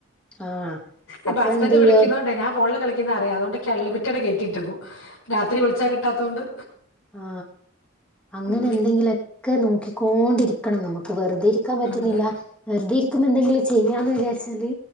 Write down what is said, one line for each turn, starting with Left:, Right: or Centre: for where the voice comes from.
Centre: ആഹ്
Left: ഇപ്പ
Centre: അപ്പൊ
Left: ഹസ്ബന്ഡ്
Centre: എന്ത് ചെയ്യും
Left: വിളിക്കുന്നോണ്ടേ ഞാൻ ഫോണില് കളി ന്നറിയാം അതോണ്ടെൻക്ക് അൺലിമിറ്റഡ് കേറ്റിട്ടക്കും രാത്രി വിൾച്ചാ കിട്ടാത്തോണ്ട്
Centre: ആ അങ്ങനെ
Left: ഉം
Centre: എന്തെങ്കിലൊക്കെ നോക്കിക്കോണ്ടിരിക്കണം നമുക്ക് വെർതെ ഇരി ക്കാൻ പറ്റുന്നില്ല
Left: അതെ
Centre: വെർതെ ഇരിക്കുമ്പം എന്തെങ്കിലും ചെയ്യാന്ന് വിചാരിച്ചാല്